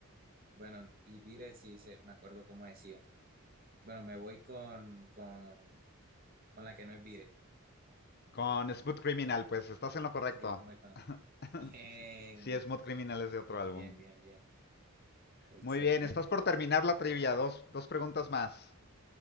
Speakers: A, on the right (about 45°); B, on the left (about 50°).
A: Bueno, y Biret sí se, me acuerdo cómo decía. Bueno, me voy con, con, con la que no es Biret.
B: Con Smooth Criminal, pues estás
A: Bu-
B: en lo correcto.
A: Sí, me voy con él.
B: <laughs>
A: Bien,
B: sí, Smooth Criminal es de otro
A: bien,
B: álbum.
A: bien, bien, bien. Excelente.
B: Muy bien, estás por terminar la trivia. Dos, dos preguntas más.